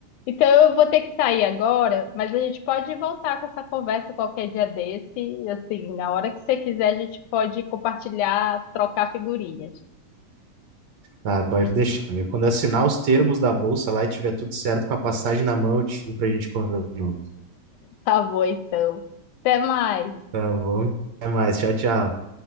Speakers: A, on the left; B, on the right.
A: Então eu vou ter que sair agora, mas a gente pode voltar com essa conversa qualquer dia desse. Assim, na hora que você quiser, a gente pode compartilhar, trocar figurinhas.
B: Ah, pode deixar. amigo. Quando eu assinar os termos da bolsa lá e tiver tudo certo com a passagem na mão, eu te chamo pra gente conversar de novo.
A: Tá bom, então. Até mais.
B: Tá bom? Até mais. Tchau, tchau.